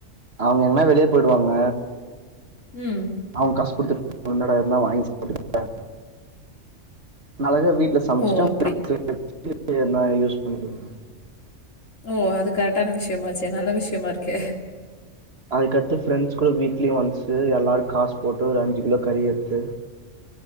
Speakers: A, on the right (about 55°); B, on the left (about 90°).
A: அவுங்க எங்கனா வெளிய போயிடுவாங்க
B: ம்
A: அவுங்க காசு குடுத்துடா போய்ருந்தா எதுனா வாங்கி சாப்டுக்குவ நல்லாவே வீட்ல சமச்சிட்டா
B: ஓ! அப்படி.
A: அந்த நா யூஸ் பண்ணிக்குவ
B: ஓ அது கரெட்டான விஷ்யமாச்சே நல்ல விஷ்யமா இருக்கே
A: அதுக்கடுத்து ஃப்ரெண்ட்ஸ் கூட வீக்லி ஒன்ஸு எல்லாரு காசு போட்டு ஒரு அஞ்சு கிலோ கறி எடுத்து